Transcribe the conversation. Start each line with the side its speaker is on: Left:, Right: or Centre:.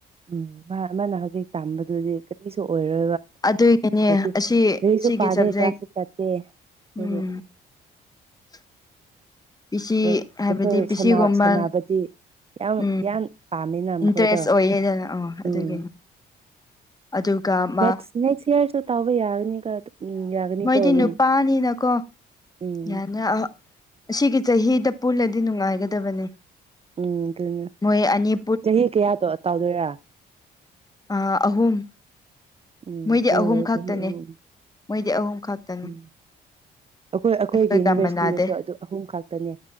Right: ꯎꯝ ꯃꯥ ꯃꯥꯅ ꯍꯧꯖꯤꯛ ꯇꯝꯕꯗꯨꯗꯤ ꯀꯔꯤꯁꯨ ꯑꯣꯏꯔ
Left: ꯑꯗꯨꯒꯤꯅꯦ
Right: ꯍꯧꯗꯤ
Left: ꯑꯁꯤ
Right: ꯅꯣꯏꯁꯨ
Left: ꯁꯤꯒꯤ
Right: ꯄꯥꯗꯦ
Left: ꯁꯕꯖꯦꯛ
Right: ꯀ꯭ꯂꯥꯁꯁꯨ ꯆꯠꯇꯦ ꯔꯒꯦ
Left: ꯎꯝ <unintelligible> ꯄꯤꯁꯤ
Right: ꯑꯗ
Left: ꯍꯥꯏꯕꯗꯤ
Right: ꯑꯩꯈꯣꯏ
Left: ꯄꯤꯁꯤꯒꯨꯝꯕ
Right: ꯁꯥꯟꯅꯕꯗꯤ ꯌꯥꯝ
Left: ꯎꯝ
Right: ꯌꯥꯝ ꯄꯥꯝꯃꯦ ꯃꯃꯤꯅ
Left: ꯏꯟꯇꯔꯦꯁ
Right: ꯃꯈꯣꯏꯗꯣ
Left: ꯑꯣꯏꯌꯦꯗꯅ ꯑꯣ ꯑꯗꯨꯒꯤꯅꯤ
Right: ꯎꯝ
Left: ꯑꯗꯨꯒ ꯃꯥ
Right: ꯅꯦꯛꯁ ꯅꯦꯛꯁ ꯏꯌꯥꯔꯁꯨ ꯇꯧꯕ ꯌꯥꯒꯅꯤꯒ ꯎꯝ ꯌꯥꯒꯅꯤꯀꯣ
Left: ꯃꯣꯏꯗꯤ
Right: ꯑꯗꯨꯝ
Left: ꯅꯨꯄꯥꯅꯤꯅꯀꯣ
Right: ꯎꯝ
Left: ꯌꯥꯅꯤ ꯑꯁꯤꯒꯤ ꯆꯍꯤꯗ ꯄꯨꯜꯂꯗꯤ ꯅꯨꯡꯉꯥꯏꯒꯗꯕꯅꯦ
Right: ꯎꯝ ꯑꯗꯨꯅ
Left: ꯃꯣꯏ ꯑꯅꯤ
Right: ꯆꯍꯤ ꯀꯌꯥꯗꯣ ꯇꯥꯎꯗꯣꯏꯔꯥ
Left: ꯑ ꯑꯍꯨꯝ
Right: ꯎꯝ
Left: ꯃꯣꯏꯗꯤ ꯑꯍꯨꯝ
Right: ꯑꯣ
Left: ꯈꯛꯇꯅꯦ
Right: ꯆꯍꯤ ꯑꯍꯨꯝ
Left: ꯃꯣꯏꯗꯤ ꯑꯍꯨꯝ ꯈꯛꯇꯅꯦ
Right: ꯎꯝ ꯑꯩꯈꯣꯏ ꯑꯩꯈꯣꯏꯒꯤ
Left: ꯑꯩꯈꯣꯏꯒ
Right: ꯌꯨꯅꯤꯚꯔꯁꯤꯇꯤꯗꯁꯨ
Left: ꯃꯥꯟꯅꯗꯦ
Right: ꯑꯗꯨꯝ ꯑꯍꯨꯝ ꯈꯛꯇꯅꯦ